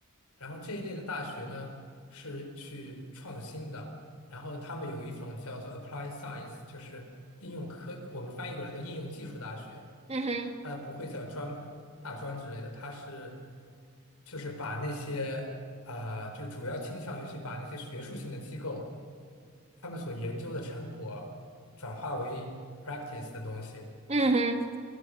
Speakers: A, on the left; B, on the right.
A: 然后这一类的大学呢是去创新的，然后他们有一种叫做 Applied Science，就是应用科，我们翻译过来叫应用技术大学，
B: 嗯哼
A: 它不会叫专大专之类的，它是就是把那些啊、呃就主要倾向于去把那些学术性的机构他们所研究的成果转化为 practice 的东西，
B: 嗯哼，